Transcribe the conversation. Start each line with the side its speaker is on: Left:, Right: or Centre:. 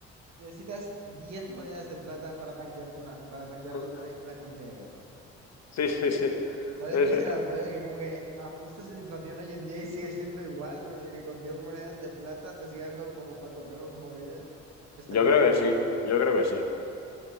Right: necesitas 10 monedas de plata para tanquearte una, para tanquear
Left: <laughs>
Right: la la comida de guerra.
Left: Sí, sí, sí.
Right: ¿Sabes
Left: Es-
Right: qué será la polla? Que como que ajustas la inflación hoy en día y sigue siendo igual, rollo que con 10 monedas de plata te sigue dando como para comprar movidas. Estaría
Left: yo creo
Right: todo
Left: que sí,
Right: guapo,
Left: yo creo que sí.